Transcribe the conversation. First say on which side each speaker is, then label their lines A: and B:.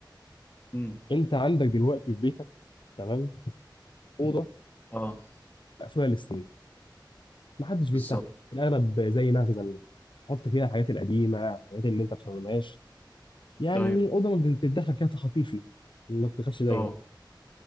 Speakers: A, on the left; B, on the left.
A: امم
B: انت عندك دلوقتي في بيتك تمام اوضه
A: اه
B: مقفوله للسنين محدش بيفتحها
A: بالظبط
B: الاغلب زي مخزن تحط فيها الحاجات القديمه الحاجات اللي انت ما بتستخدمهاش يعني
A: ايوه
B: اوضه ما بتتدخل فيها تخطيفي ما بتدخلش دايما
A: اه